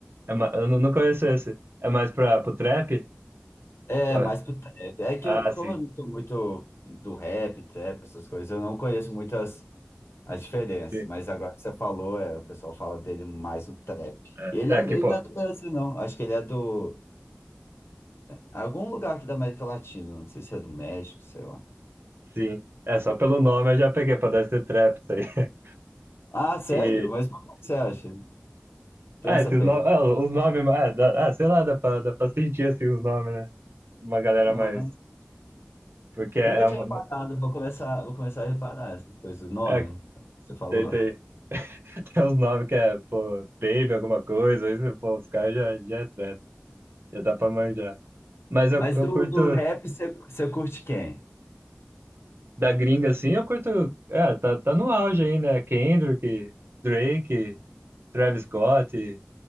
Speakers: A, on the right; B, on the left.
A: É ma- eu não não conheço esse. É mais pra, pro trap?
B: É,
A: Ué,
B: mais pro trap. É que
A: Ah,
B: eu, como
A: sim,
B: eu não sou muito do rap, trap, essas coisas, eu não conheço muitas as diferenças.
A: sim.
B: Mas agora que você falou, é, o pessoal fala dele mais no trap.
A: É,
B: Ele, é,
A: é
B: ele
A: que, pô,
B: não é do Brasil, não. Acho que ele é do... Algum lugar aqui da América Latina. Não sei se é do México, sei lá.
A: sim. É, só pelo nome eu já peguei pra dar esse trap, isso aí. <laughs>
B: Ah, sério?
A: E,
B: Mas por que você acha? Tem
A: ah,
B: essa
A: esses
B: pegada?
A: nomes, ah, os nomes, ah, dá- ah, sei lá, dá pra, dá pra sentir, assim, os nomes, né? Uma galera
B: Ah,
A: mais, porque é
B: eu nunca
A: é
B: tinha
A: uma,
B: reparado, vou começar, vou começar a reparar essas coisas, o nome,
A: é,
B: que você falou.
A: tem, tem, <laughs> tem uns nomes que é, pô, Baby, alguma coisa, isso, pô, os caras já, já é trap, já dá pra manjar.
B: <laughs>
A: Mas eu,
B: Mas
A: eu
B: do,
A: curto,
B: do rap, você, você curte quem?
A: da gringa, assim, eu curto. É, tá, tá no auge aí, né? Kendrick, Drake, Travis Scott,